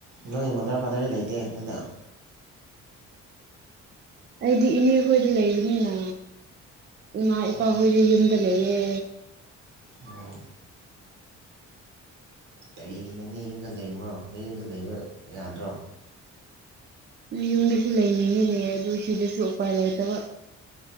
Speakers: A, on the right; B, on the right.
A: ꯅꯣꯏ ꯃꯥꯗꯔ ꯐꯥꯗꯔꯗꯤ ꯂꯩꯇꯦ ꯑꯗꯨꯗ
B: ꯑꯩꯗꯤ ꯏꯅꯦ ꯈꯣꯏꯗ ꯂꯩꯕꯅꯤꯅ ꯏꯃꯥ
A: ꯑꯣ
B: ꯏꯄꯥ ꯍꯨꯏꯗꯤ ꯌꯨꯝꯗ ꯂꯩꯌꯦ
A: ꯑꯣ ꯀꯔꯤꯒꯤ ꯏꯅꯦꯒꯤ ꯌꯨꯝꯗ ꯂꯩꯕꯔ ꯍꯣ ꯅꯌꯨꯝꯗ ꯂꯩꯕ ꯌꯥꯗ꯭ꯔꯣ
B: ꯌꯨꯝꯗꯁꯨ ꯂꯩꯅꯤꯡꯉꯤꯅꯦ ꯑꯗꯨ ꯁꯤꯗꯁꯨ ꯎꯄꯥꯏ ꯂꯩꯇꯕ